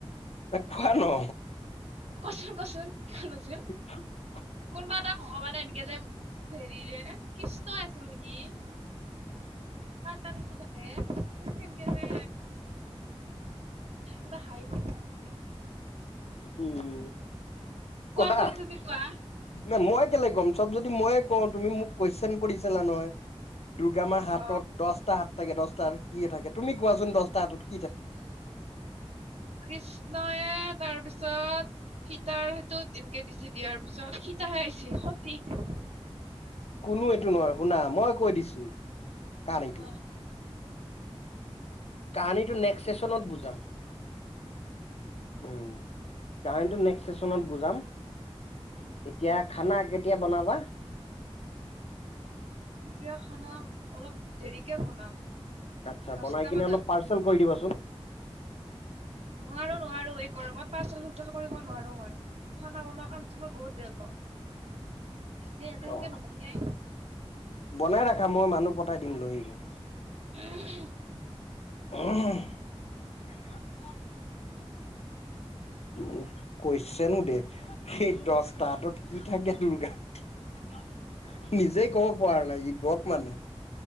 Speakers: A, on the left; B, on the right.
A: এ কোৱা ন।
B: কচোন কচোন কোন আছিল।
A: উ।
B: কোনোবা এটা ভগৱানে এনেকে যে হেৰিৰে কৃষ্ণই আছিল নেকি। পটানটো থাকে সেনকে যে এটা হাইিব নোৱাৰো।
A: উম কোৱা।
B: কোৱাচোন তুমি কোৱা
A: ন মই কেলে কম চব যদি কও তুমি মোক কুৱেশন কৰিছিলা নহয়। দুৰ্গা মাহ হাতত
B: অ
A: দহটা হাত থাকে দহটা হাতত কি থাকে তুমি কোৱাচোন দহটা হাত
B: কৃষ্ণয়ে তাৰ পিছত। সীতাৰ সেইো তেনকে দিছে দিয়াৰ পিছত সীতাহে আহছে সতিক।
A: কোনো এইটো নহয় শুনা মই কৈ দিছো কাৰেক্ট।।
B: অ
A: কাহানীটো নেক্সট চেচনত বুজাম। উম তাৰিতো চেচনত বুজাম।
B: উম।
A: এতিয়া খানা কেতিয়া বনাবা।
B: এতিয়া খানা অলপ দেৰিকে বনাম।
A: আচ্ছা
B: দহটা
A: বনাই কিনে
B: বজাত
A: অলপ পাৰ্চেল কৰি দিবাচোন।
B: নোৱাৰো নোৱাৰো এই গৰমত পাচল চাচল কৰিব নোৱাৰো মই। খানা বনোৱা কামটো মই বহুত বেয়া পাও সেইয়া সেনকে
A: অ
B: নকমিয়াই।
A: বনাই ৰাখা মই মানুহ পঠাই দিম লৈ আহিব।
B: উম।
A: <unintelligible> উ কৈ চনো দে সেই দহটা হাতত কি থাকে দুৰ্গাৰ। নিজেই ক'ব পৰা নাই ই বত মানে।